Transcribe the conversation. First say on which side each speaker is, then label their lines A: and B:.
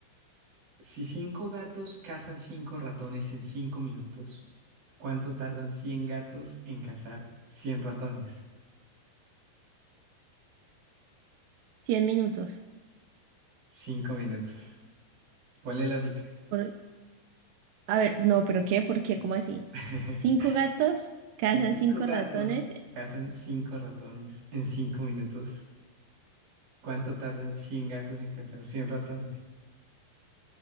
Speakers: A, on the right (about 60°); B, on the right (about 75°).
A: si cinco gatos cazan cinco ratones en cinco minutos, ¿cuánto tardan cien gatos en cazar 100 ratones?
B: 100 minutos.
A: Cinco minutos. Ponle lógica.
B: por A ver, no, pero ¿qué? ¿Por qué? ¿Cómo así?
A: <laughs>
B: Cinco gatos cazan
A: Si cinco
B: cinco
A: gatos
B: ratones.
A: cazan cinco ratones en cinco minutos, ¿cuánto tardan 100 gatos en cazar 100 ratones?